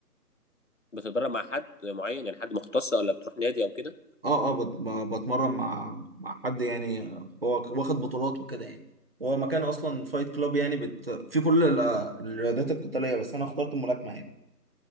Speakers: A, on the left (about 50°); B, on the right (about 35°).
A: بتتدرب مع حد معين يعني حد مختص ولا بتروح نادي أو كده؟
B: اه اه بت- ب- بتمرن مع مع حد يعني هو ك- واخد بطولات وكده يعني هو مكان اصلا فايت كلاب يعني بت... في كل ال- الرياضات القتاليه بس انا اخترت الملاكمه يعني